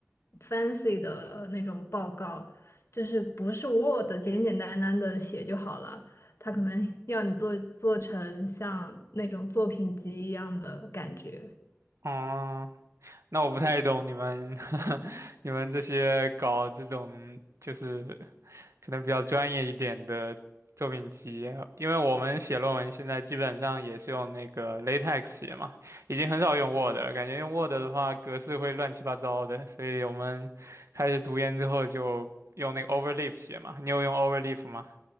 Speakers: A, on the left; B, on the right.
A: fancy 的那种报告，就是不是 Word 简简单单的写就好了，它可能 <laughs> 要你做做成像那种作品集一样的感觉。
B: 哦，那我不太懂你们 <laughs> 你们这些搞这种就是可能比较专业一点的作品集，因为我们写论文现在基本上也是用那个 LaTeX 写嘛，已经很少用 Word 了，感觉用 Word 的话格式会乱七八糟的，所以我们开始读研之后就用那个 Overleaf 写嘛。你有用 Overleaf 吗？